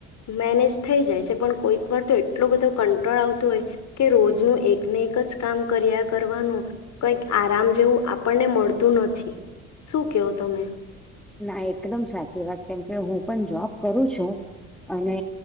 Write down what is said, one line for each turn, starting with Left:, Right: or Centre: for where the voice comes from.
Left: મેનેજ થઈ જાય છે પણ કોઈક વાર તો એટલો બધો કંટ્રોલ આવતોું હોય કે રોજનું એકને એક જ કામ કર્યા કરવાનું કંઈક આરામ જેવું આપણને મળતું નથી શું કેહો તમે
Centre: ના એકદમ સાચી વાત કેમકે હું પણ જોબ કરું છું અને